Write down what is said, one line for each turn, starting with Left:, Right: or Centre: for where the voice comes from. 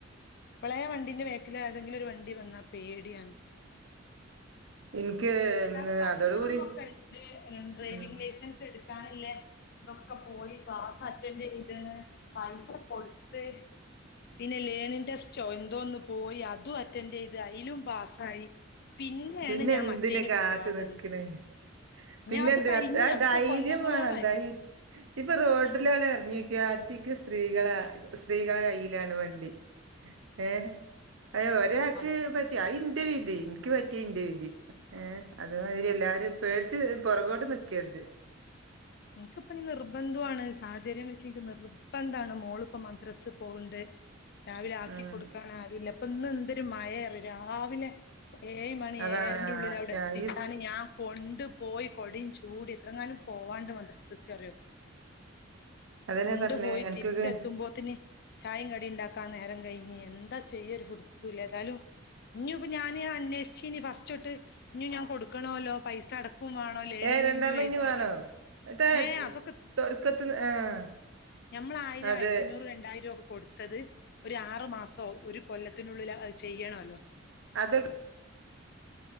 Left: ഇപ്പളേ വണ്ടീന്റെ വേക്കിൽ ഏതെങ്കിലും ഒരു വണ്ടി വന്നാ പേടിയാണ്
Right: എനിക്ക്
Left: ഏതായാലും പഠിക്കണം
Right: അതോട് കൂടി
Left: എന്നൊക്കെ ഡ്രൈവിംഗ്
Right: ഉം
Left: ലൈസൻസ് എടുക്കാനില്ലേ ഇതൊക്കെ പോയി ക്ലാസ് അറ്റൻഡ് ചെയ്താണ് പൈസ കൊടുത്ത് പിന്നെ ലേണിറെടെസ്റ്റോ എന്തോന്ന് പോയി അതും അറ്റൻഡ് ചെയ്ത് അലും പാ സ്സായി പിന്നെയാണ്
Right: പിന്നെ
Left: ഞാൻ
Right: എന്തിന
Left: മറ്റേന്
Right: കാത്ത്
Left: പോവാതെന്ന്
Right: നിക്കണ് പിന്നെ
Left: ഞ അത്
Right: എന്ത്
Left: കഴിഞ്ഞി
Right: ആ
Left: അതൊക്കെ
Right: ധൈര്യം
Left: കൊല്ലങ്ങളോളായി
Right: വേണം ധൈര്യ ഇപ്പൊ റോഡില ആണ്ട് ഇറങ്ങിയൊക്കിയ അധിക സ്ത്രീകളെ സ്ത്രീകളെ കയ്യിലാണ് വണ്ടി ഏഹ് അയ്യൊ ഒരാക്ക്
Left: അതൊ
Right: പറ്റി അയി ന്റെ വിധി ഇൻക്ക് പറ്റിയെ ഇന്റെ വിധി ഏഹ് അത് മാതിരി എല്ലാരും പേടിച്ച് പൊറകോട്ട് നിക്കര്ത്
Left: ഇൻക്ക്പ്പം ഇനി നിർബന്ധുവാണ് സാഹചര്യം വെച്ചെനിക്ക് നിർബന്ധാണ് മോളിപ്പോ മദ്രസ് പോവ്ണ്ട് രാവിലെ ആക്കി
Right: ഉം
Left: കൊടുക്കാൻ ആരുല്ലാ ഇപ്പം ഇന്ന് എന്തൊരു മഴയാറിയോ രാവിലെ ഏഴ്‌ മണി
Right: അതാണ്
Left: ഏഴെരെന്റെ ഉള്ളില് അവിടെ എത്തിച്ചാന്
Right: ഈ
Left: ഞാൻ കൊണ്ട് പോയി കൊടയും ചൂടി എത്രങ്ങാനും പോവാണ്ട് മദ്രസക്ക് അറിയോ
Right: അതന്നെ
Left: കൊണ്ടു
Right: പറഞ്ഞേ
Left: പോയി
Right: അനക്കൊക്കെ
Left: തിരിച്ചെത്തുമ്പോത്തിന് ചായേം കടിയും ഇണ്ടാക്കാൻ നേരം കയിഞ്ഞ് എന്താ ചെയ്യാ ഒരു പിടി ത്തൂലാ ഏതാലും ഇനി ഇപ്പ ഞാന് അന്വേഷിച്ചീനി ഫസ്റ്റൊട്ട് ഇനി ഞാൻ കൊടുക്കണോല്ലോ പൈസ അടക്കും വേണം ലേണിങ്
Right: ഏ രണ്ടാമത്
Left: ഇനിയു എഴുതണോ
Right: ഇഞ്ഞ് വേണോ എത്താ
Left: ഏഹ് അതൊക്കെ
Right: തൊടക്കത്ത് ആഹ്
Left: ഞമ്മള് ആയിരം
Right: അതെ
Left: ആയിരത്തഞ്ഞൂറ് രണ്ടായിരൊക്കെ കൊട് ത്തത് ഒരു ആറു മാസോ ഒരു കൊല്ലത്തിനുള്ളില് അത് ചെയ്യണോല്ലോ
Right: അതെട്